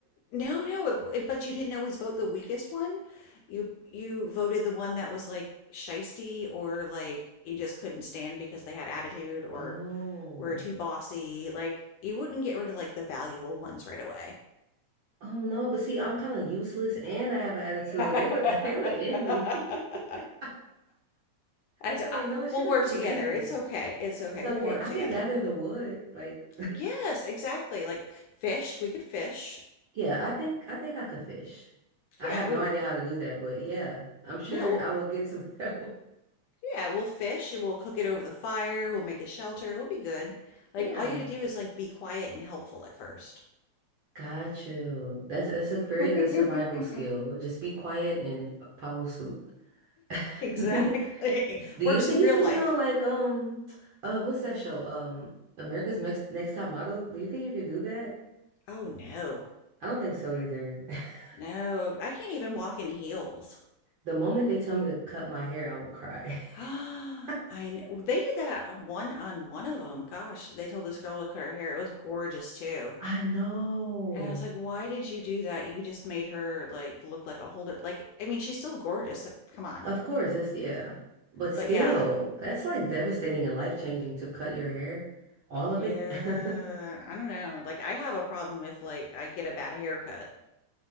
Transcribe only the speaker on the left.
No, no, it, it, but you didn't always vote the weakest one. You you voted the one that was like shisty or like you just couldn't stand because they had attitude or
were too bossy. Like you wouldn't get rid of like the valuable ones right away.
<laughs>
And so,
I-
we'll
work together.
It's okay. It's okay.
We'll work
together.
Yes, exactly. Like fish, we could fish.
Yeah,
we
no.
Yeah, we'll fish and we'll cook it over the fire. We'll make a shelter. We'll be good. Like
all you have to do is like be quiet and helpful at first.
<laughs>
Exactly.
Works
in real
life.
Oh no.
No, I can't even walk in heels.
<gasps>
I kn- they did that one on one of them. Gosh, they told this girl to cut her hair. It was gorgeous too.
And I was like, why did you do that? You just made her like look like a hold it. Like, I mean, she's still gorgeous. Come on.
But yeah,
Yeah,
I don't know. Like I have a problem if like I get a bad haircut.